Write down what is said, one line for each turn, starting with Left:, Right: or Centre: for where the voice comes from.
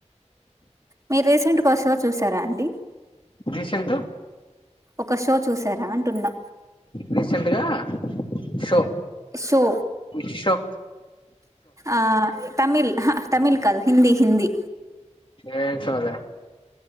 Right: మీరు రీసెంట్ గొ షొషు చూసారా అండి
Left: రీసెంట్
Right: ఒక షో చూసారా అంటున్నా
Left: రీసెంట్ గా షో
Right: షో
Left: ఇష్షో
Right: ఆ తమిల్ అహా తమిళ్ కాదు హిందీ హిందీ
Left: ఏడ్ చావులే